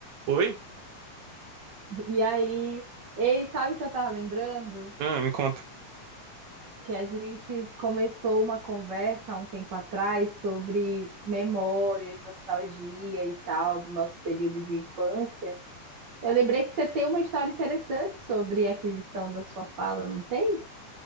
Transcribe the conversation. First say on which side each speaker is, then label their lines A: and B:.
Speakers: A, on the right; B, on the right.
A: Oi?
B: E aí, ei, sabe o que eu tava lembrando?
A: Ah, me conta.
B: Que a gente começou uma conversa há um tempo atrás sobre memórias, nostalgia e tal, do nosso período de infância. Eu lembrei que você tem uma história interessante sobre a aquisição da sua fala, não tem?